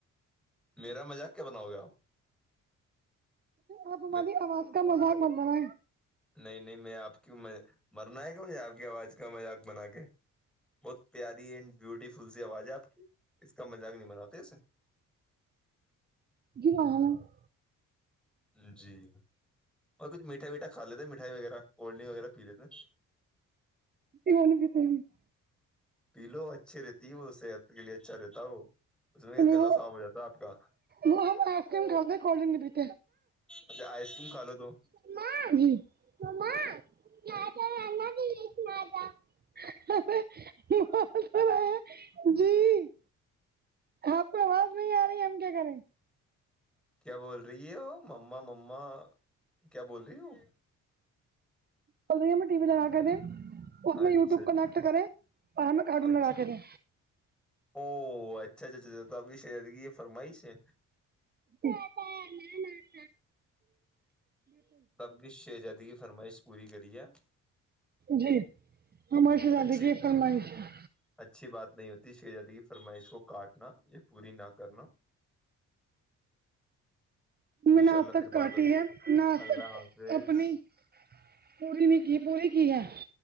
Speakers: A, in the centre; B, on the right.
A: میرا مزاق کیا بناؤ گے آپ
B: آپ ہماری
A: میں
B: آواز کا مذاق مت بناے
A: نہیں نہیں میں آپ کی م مرنا ہے کیا بھی آپ کی آواز کا مذاق بنا کے بہت پیاری اینڈ بیوٹیفل سی آواز ہے آپ کی اس کا مذاق نہیں بناتے ایسے
B: جی ہاں <unintelligible>
A: ہاں جی اور کچھ میٹھا ویٹھا کھالیتے ہے مٹھائی وغیرہ کولڈرنک وغیرہ پی لیتے ہیں
B: ج ہوول بھی تو <unintelligible>
A: پیلو اچھی رہتی ہے وہ صحت کے لیے اچھا رہتا ہے وہ اس میں کیا
B: نہیں
A: گلا
B: وہ
A: صاف ہو جاتا ہے آپ کا
B: وہ ہم آئسکریم کھاتے ہے کولڈ ڈرنک نہیں پیتے
A: اچھا آئسکریم کھالو تو
B: <unintelligible> جی <unintelligible> آپ کو آواز نہیں آ رہی ہے ہم کیا کریں
A: کیا بول رہی ہو مما مما کیا بول رہی ہو
B: بول رہی ہے ہمیں ٹی وی لگا کے دیں اس میں
A: اچھا
B: یوٹیوب کنیکٹ کرے اور ہمیں کارٹون
A: اچھا
B: لگا کے دیں
A: او اچھا اچھا اچا تو آپ کی شہزادی کی یہ فرمائش ہے
B: پ ل ن تھا <unintelligible>
A: آپ کی شہزادی کی فرمائش پوری کریے
B: جی ہماری شہزادی
A: اچھی
B: کی یہ فرمائش ہے
A: اچھی بات نہیں ہوتی شہزادی کی فرمائش کو کاٹنا یا پوری نہ کرنا ان
B: میں
A: شاء
B: نہ
A: اللہ
B: اب تک
A: پھر
B: کاٹی
A: بات ہوگی
B: ہے نہ اپ
A: اللہ حافظ
B: اپنی پوری نہیں کی پوری کی ہے